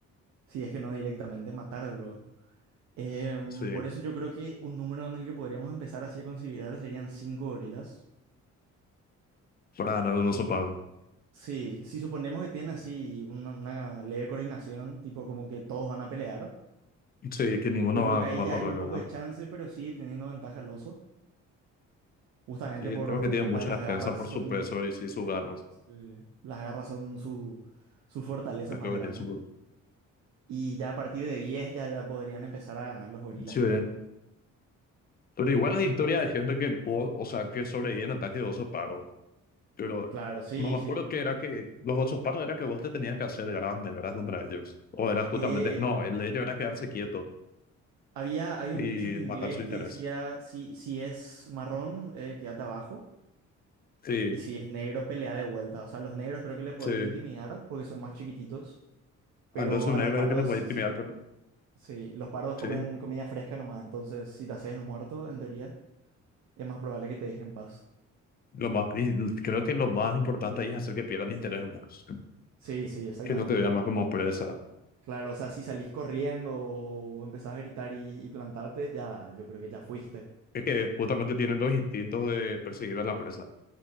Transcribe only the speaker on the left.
sí,
para ganar un oso pardo.
Sí, que ninguno
va,
va
a correr,
¿verdad?
Sí,
tengo que tiene
mucha
defensa
por
su peso y sí, sus garras.
Es
lo
que tiene su...
Sí,
pero igual hay historia de gente que pudo, o sea, que sobrevive en ataque de oso pardo. Pero
no me acuerdo
que era que los osos pardos era que vos te tenías que hacer grande, ¿verdad? Contra ellos. O era justamente,
no, el de ellos era quedarse quieto.
y
matar su interés.
Sí,
sí.
Anderson
Neve
es el que le puede
intimidar, pero
sí.
Lo más, y creo que lo más importante ahí es hacer que pierdan el interés en vos,
que no te vean más como presa.
Es que justamente tienen los instintos de perseguir a la presa,